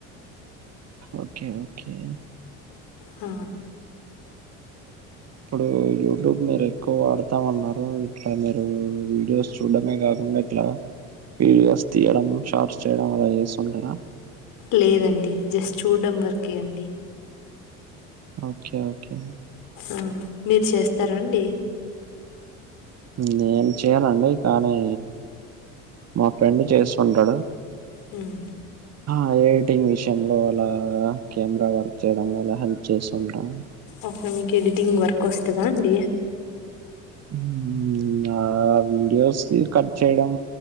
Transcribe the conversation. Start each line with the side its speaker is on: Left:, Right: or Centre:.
Right: ఓకే ఓకే
Left: ఆ
Right: ఇప్పుడు యూట్యూబ్ మీర్ ఎక్కు వాడతామ్ అన్నారు ఇ అ మీరు వీడియోస్ చూడడమే కాకుండా ఇట్లా వీడియోస్ తీయడం షార్ట్స్ చేయడం అలా చేస్తుంటారా
Left: లేదండి జస్ట్ చూడ్డం వరకే అండి
Right: ఓకే ఓకే
Left: ఆ హ మీర్ చేస్తారాండి
Right: నేన్ చేయనండి కానీ మా ఫ్రెండ్ చేస్తుంటడు
Left: హ్మ్
Right: ఆ ఎడిటింగ్ విషయంలో అలా కెమెరా వర్క్ చేయడంలో అలా హెల్ప్ చేస్తుంటాం
Left: ఓకే మీకు ఎడిటింగ్ వర్క్ వస్తదా అండి
Right: మ్మ్, ఆ వీడియోస్ నీ కట్ చేయడం